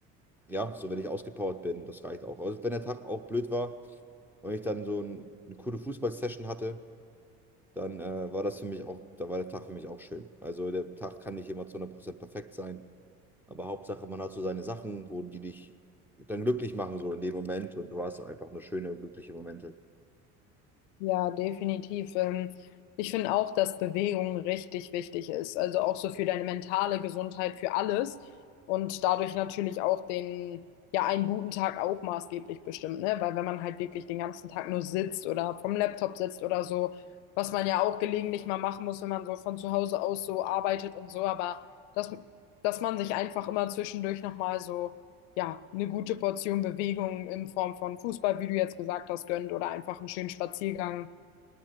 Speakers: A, in the centre; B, on the left.
A: Ja, so wenn ich ausgepowert bin, das reicht auch. Also wenn der Tag auch blöd war und ich dann so ein, eine coole Fußballsession hatte, dann äh, war das für mich auch, da war der Tag für mich auch schön. Also der Tag kann nicht immer zu 100% perfekt sein, aber Hauptsache, man hat so seine Sachen, wo die dich dann glücklich machen, so in dem Moment und du hast einfach nur schöne, glückliche Momente.
B: Ja, definitiv. Ähm, Ich finde auch, dass Bewegung richtig wichtig ist. Also auch so für deine mentale Gesundheit, für alles. Und dadurch natürlich auch den, ja, einen guten Tag auch maßgeblich bestimmt, ne? Weil wenn man halt wirklich den ganzen Tag nur sitzt oder vom Laptop sitzt oder so, was man ja auch gelegentlich mal machen muss, wenn man so von zu Hause aus so arbeitet und so, aber dass, dass man sich einfach immer zwischendurch nochmal so ja, eine gute Portion Bewegung in Form von Fußball, wie du jetzt gesagt hast, gönnt oder einfach einen schönen Spaziergang.